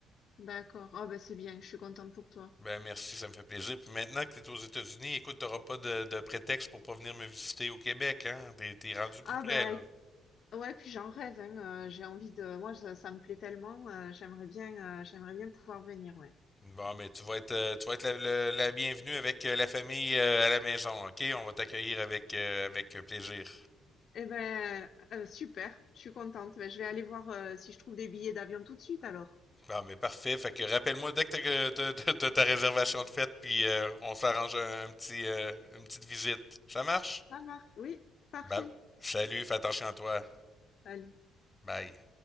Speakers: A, on the left; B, on the left.
A: d'accord. Ah ben c'est bien, je suis contente pour toi.
B: Ben merci, ça me fait plaisir. Puis maintenant que tu es aux États-Unis, écoute, t'auras pas de, de prétexte pour pas venir me visiter au Québec, hein? T'es, t'es rendu
A: Ah
B: plus près,
A: ben.
B: là.
A: Ouais, puis j'en rêve, hein, euh, j'ai envie de... Moi, ça, ça me plaît tellement, euh, j'aimerais bien, euh, j'aimerais bien pouvoir venir, ouais.
B: Bon, mais tu vas être, euh, tu vas être la, le- la bienvenue avec euh, la famille euh, à la maison, OK? On va t'accueillir avec, euh, avec euh, plaisir.
A: Eh ben, euh, euh, super, je suis contente. Ben, je vais aller voir, euh, si je trouve des billets d'avion tout de suite, alors.
B: Bon, mais parfait. Fait que rappelle-moi dès que t'as, que t'as- t'as- t'as ta réservation de fête, puis euh, on s'arrange un, un petit, euh, une petite visite. Ça marche?
A: Ça marche, oui, parfait.
B: Ben, salut, fais attention à toi.
A: Salut.
B: Bye.